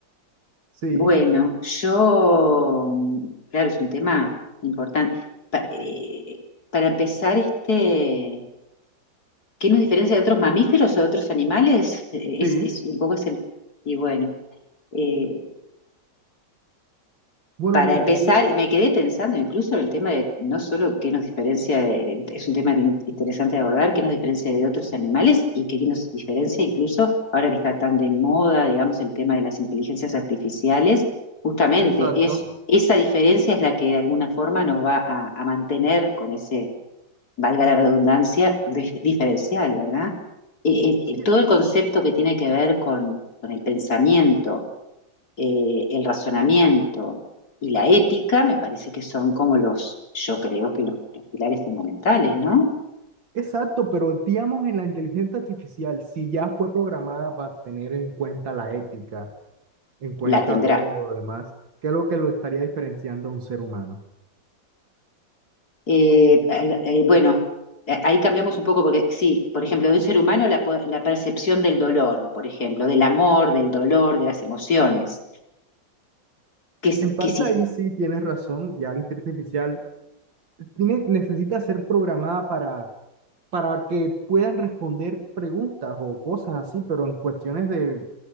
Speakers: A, on the right; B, on the left.
A: Sí,
B: Bueno, yo, claro, es un tema importante. Pa- eh, para empezar, este... ¿Qué nos diferencia de otros mamíferos o de otros animales? Eh,
A: sí.
B: Es, es un poco es el... Y bueno, eh,
A: Bueno,
B: para
A: mira,
B: empezar,
A: yo,
B: me quedé pensando incluso en el tema de no solo qué nos diferencia, de- es un tema de- interesante de abordar, qué nos diferencia de otros animales y qué nos diferencia incluso, ahora que está tan de moda, digamos, el tema de las inteligencias artificiales, justamente
A: exacto.
B: es, esa diferencia es la que de alguna forma nos va a, a mantener con ese valga la redundancia, dif- diferencial, ¿verdad? Eh,
A: Sí,
B: eh, todo el concepto que tiene que ver con, con el pensamiento, eh, el razonamiento y la ética, me parece que son como los, yo creo que los, los pilares fundamentales, ¿no?
A: exacto, pero digamos en la inteligencia artificial, si ya fue programada para tener en cuenta la ética en cuenta
B: La tendrá.
A: todo lo demás, que es lo que lo estaría diferenciando a un ser humano.
B: Eh, al- eh, bueno, eh, ahí cambiamos un poco porque, sí, por ejemplo, de un ser humano la, po- la percepción del dolor, por ejemplo, del amor, del dolor, de las emociones, que, s-
A: En parte
B: que si
A: ahí sí tienes razón, ya la inteligencia artificial tiene, necesita ser programada para, para que puedan responder preguntas o cosas así, pero en cuestiones de